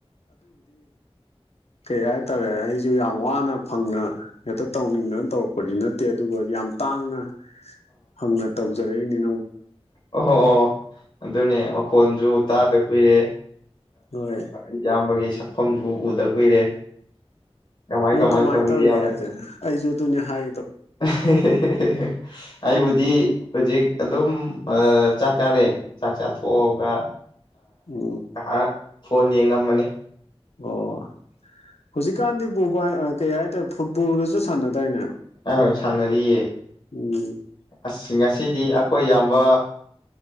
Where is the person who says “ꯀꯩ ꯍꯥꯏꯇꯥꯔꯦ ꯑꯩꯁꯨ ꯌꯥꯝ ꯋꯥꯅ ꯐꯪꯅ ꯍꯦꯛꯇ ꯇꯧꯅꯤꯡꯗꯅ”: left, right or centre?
Left